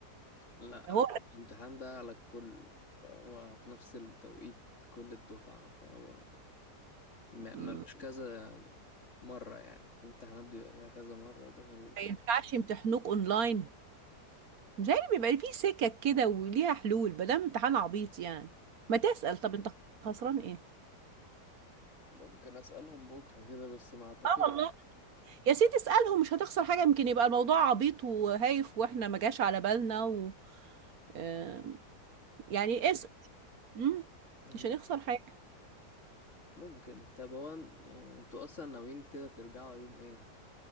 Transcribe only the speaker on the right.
هو
ما
ينفعش يمتحنوك اونلاين متهيألي بيبقى فيه سكك كده وليها حلول ما دام امتحان عبيط يعني ما تسأل طب انت خسران ايه
اه والله يا سيدي اسألهم مش هتخسر حاجة يمكن يبقى الموضوع عبيط وهايف واحنا ما جاش على بالنا و... آم، يعني اسأل مم،
مش هنخسر حاجة